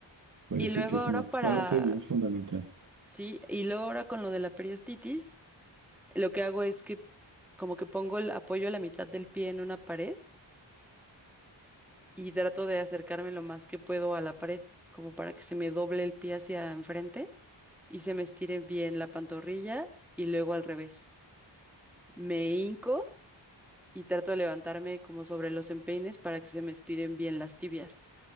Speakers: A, on the right; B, in the centre.
A: parece
B: y luego
A: que es
B: ahora
A: una
B: para,
A: parte bien fundamental.
B: sí, y luego ahora con lo de la periostitis, lo que hago es que como que pongo el apoyo a la mitad del pie en una pared y trato de acercarme lo más que puedo a la pared, como para que se me doble el pie hacia enfrente y se me estire bien la pantorrilla y luego al revés. Me hinco y trato de levantarme como sobre los empeines para que se me estiren bien las tibias,